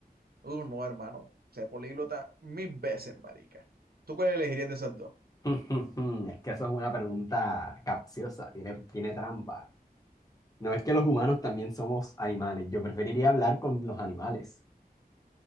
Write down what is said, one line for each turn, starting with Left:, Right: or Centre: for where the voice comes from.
Right: Uh, no, hermano, ese políglota mil veces, marica. ¿Tú cuál elegirías de esas dos?
Left: <laughs> Es que eso es una pregunta capciosa, tiene, tiene trampa. No es que los humanos también somos animales. Yo preferiría hablar con los animales.